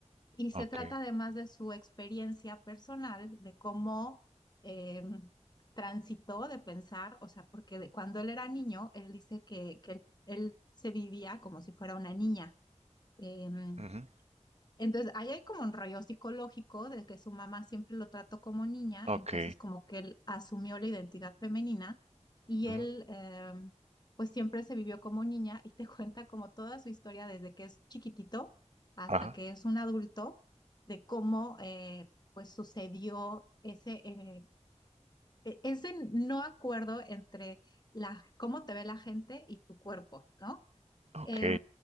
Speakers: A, on the left; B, on the right.
A: Y
B: Ok.
A: se trata además de su experiencia personal, de cómo em, transitó de pensar, o sea, porque de- cuando él era niño, él dice que, que él él se vivía como si fuera una niña. Em,
B: ujú,
A: entonces, ahí hay como un rollo psicológico de que su mamá siempre lo trató como niña,
B: Ok.
A: entonces como que él asumió la identidad femenina y
B: ujú,
A: él eh, pues siempre se vivió como niña y te <laughs> cuenta como toda su historia desde que es chiquitito hasta
B: Ajá.
A: que es un adulto, de cómo eh, pues sucedió ese, eh, e- ese no acuerdo entre la, cómo te ve la gente y tu cuerpo, ¿no?
B: Ok.
A: Eh,